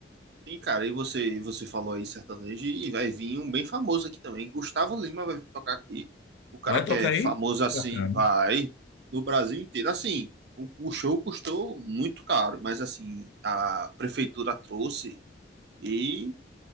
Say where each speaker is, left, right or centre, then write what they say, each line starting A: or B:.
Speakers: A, on the right; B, on the left.
A: Sim, cara, e você, você falou aí sertanejo, e vai vir um bem famoso aqui também. Gustavo Lima vai vir tocar aqui. O cara
B: Vai
A: que
B: tocar
A: é famoso
B: aí?
A: assim,
B: Bacana.
A: vai no Brasil inteiro. Assim, o, o show custou muito caro, mas assim, a prefeitura trouxe e